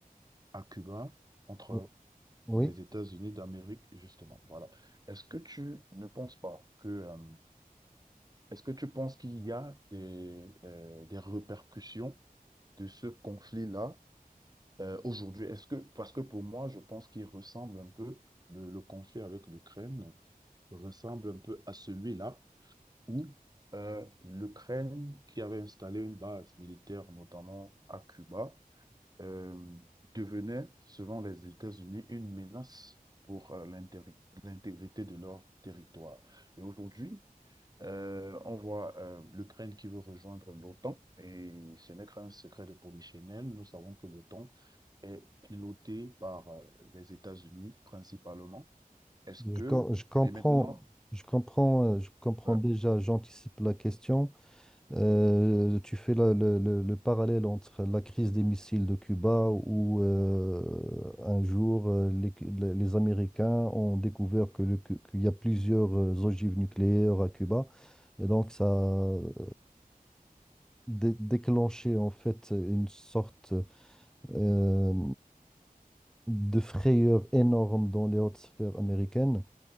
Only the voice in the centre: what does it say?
Oh, Oui.
Je,
com- je comprends,
je comprends, euh, je comprends
déjà, j'anticipe la question. Euh, tu fais la- le, le- le parallèle entre la crise des missiles de Cuba où euh, un jour euh, les, les- les Américains ont découvert que le- que- qu'il y a plusieurs euh, ogives nucléaires à Cuba et donc ça a euh, dé- déclenché en fait une sorte euh, de frayeur énorme dans les hautes sphères américaines